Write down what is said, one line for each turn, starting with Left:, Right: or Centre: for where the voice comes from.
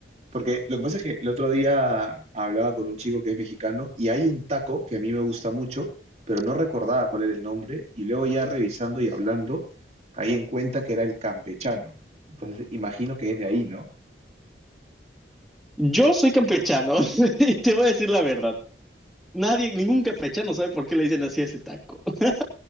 Right: porque lo que pasa es que el otro día hablaba con un chico que es mexicano y hay un taco que a mí me gusta mucho, pero no recordaba cuál era el nombre y luego ya revisando y hablando, caí en cuenta que era el campechano. Entonces imagino que es de ahí, ¿no?
Centre: Yo soy campechano <laughs> y te voy a decir la verdad. Nadie, ningún campechano sabe por qué le dicen así a ese taco. <laughs>